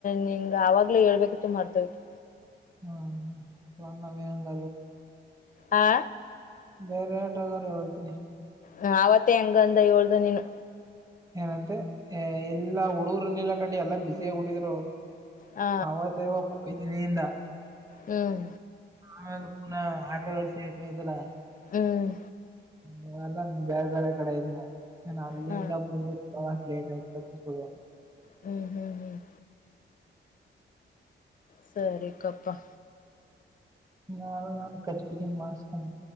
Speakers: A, on the left; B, on the right.
A: ನಿಂಗ ಅವಾಗ್ಲೇ ಹೇಳ್ಬೇಕಿತ್ತು ಮರತ ಹೋಯಿತು
B: ಹ್ಮ್ ಅಂದ ಮೀನಂದ
A: ಹಾ
B: ಬೇರೆ ಆಟಗಾರೆ ಹೇಳ್ತನಿ.
A: ಹ ಆವತ್ತೇ ಹೆಂಗಂದ ಏಳ್ದ ನೀನು.
B: ಏನಂತೆ ಎಲ್ಲಾ ಹುಡುಗ್ರನಿಲ್ಲ ಕಂಡಿ ಎಲ್ಲಾ ಬ್ಯುಸಿಯಾಗಿ ಬಿಟ್ಟಿದರ ಅವರು
A: ಹ
B: ಹವ ತ ಇವ ಪಸನೀದಾ
A: ಹ್ಮ್
B: ಆಮೇಲೆ ಪುನ ಅಡ್ರೆಸ್ಸ್ ಐತಲ್ಲ
A: ಹ್ಮ್
B: ಹ್ಮ ಎಲ್ಲ ಬೇರೆ ಬೇರೆ ಕಡೆ ಇದಂ ಏನ ಅಲ್ಲಿಂದ
A: ಹಾ
B: ಹೋಗಾಕ್ ಲೇಟ್ ಆಯ್ತು ತಂತ ತಗೋ
A: ಹ್ಮ್ ಹ್ಮ್ ಹ್ಮ್ ಸರಿ ಕಪ್ಪ
B: ನಾಳೆ ನಾನು ಕಟ ಕಟಿಂಗ್ ಮಾಡ್ಸ್ಕೊಂಡೆ